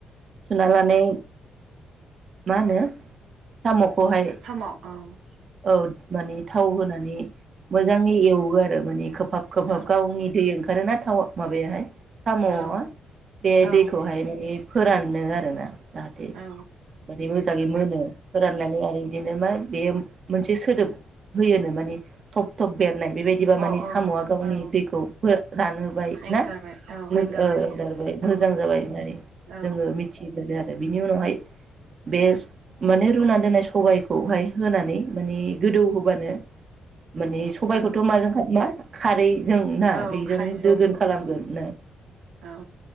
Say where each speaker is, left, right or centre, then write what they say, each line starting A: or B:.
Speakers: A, on the right (about 50°); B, on the right (about 80°).
A: सुना लानाय मा होनो? साम'खौहाय।
B: साम' औ औ।
A: औ माने थाव होनानै मोजाङै एवो आरो माने। खोबहाब खोबहाब
B: औ
A: गावनि दै ओंखारो ना <unintelligible> माबायाहाय। साम'आ
B: औ
A: बे
B: औ
A: दैखौहाय माने फोराननो आरो ना। जाहाथे
B: अ
A: माने मोजाङै मोनो। फोराननानै आरो बिदिनो मा बेयो। मोनसे सोदोब होयोनो माने थब थब बेर नाय बेबायदिबा मानिे
B: औ
A: साम'आ गावनि
B: औ
A: दैखौ रानहोबाय
B: एंगारबाय
A: ना
B: औ
A: ओ-गारबाय
B: एंगारबाय
A: मोजां
B: औ
A: जाबाय होननानै
B: औ
A: जोङो मिथि मोन आरो। आरो बिनि उनावहाय बे माने रुनानै दोननाय सबायखौहाय होनानै माने गोदौ होबानो माने सबायाइखौथ'
B: औ
A: माजों मा खारै। ना
B: औ
A: बेजों
B: खारैजों
A: दोगोन खालामगोन
B: औ
A: नो
B: औ